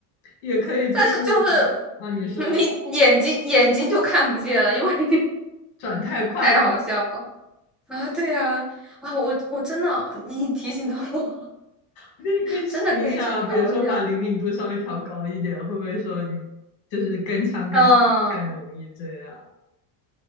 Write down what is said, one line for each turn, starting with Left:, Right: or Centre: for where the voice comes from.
Left: 也可以，就是
Centre: 但是就是你眼睛眼睛就看不见了，
Left: 啊，你说
Centre: 因为 <laughs>
Left: 转太快了，
Centre: 太好笑了啊！对啊，啊，我我真的你提醒到我，
Left: 我觉得你可以试一下，
Centre: 真的可以去调一下。
Left: 比如说把灵敏度稍微调高一点，会不会说你就是跟枪跟枪更容易这样？
Centre: 嗯，